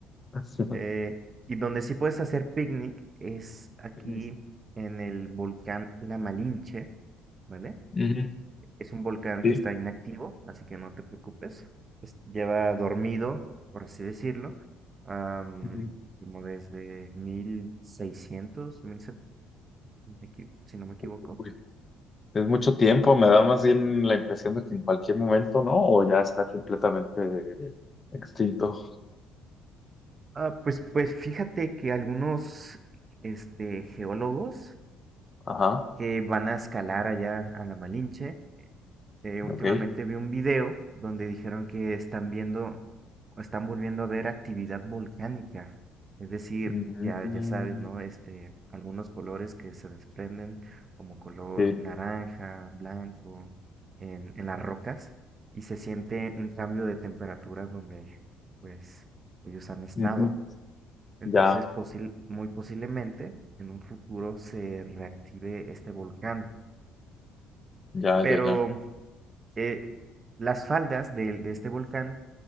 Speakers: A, on the left (about 30°); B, on the right (about 30°).
A: <laughs>
B: Eh, y donde sí puedes hacer picnic es aquí
A: Ujú.
B: en el volcán La Malinche, ¿vale?
A: Ujú.
B: Es un volcán
A: Sí.
B: que está inactivo, así que no te preocupes. Es- lleva dormido, por así decirlo, am,
A: Ujú.
B: como desde mil 1700, me equi- si no me equivoco.
A: Uy, es mucho tiempo, me da más bien la impresión de que en cualquier momento, ¿no? O ya está completamente eh, extinto.
B: Ah, pues, pues fíjate que algunos este, geólogos
A: Ajá,
B: que van a escalar allá a la Malinche Eh, últimamente
A: ok.
B: vi un video donde dijeron que están viendo o están volviendo a ver actividad volcánica. Es decir,
A: Mm,
B: ya, ya sabes, ¿no? Este, algunos colores que se desprenden, como color
A: sí.
B: naranja, blanco, en, en las rocas, y se siente un cambio de temperatura donde, pues, ellos han estado.
A: Ujú.
B: Entonces,
A: Ya,
B: posil- muy posiblemente en un futuro se reactive este volcán.
A: ya,
B: Pero
A: ya, ya.
B: eh, las faldas de, de este volcán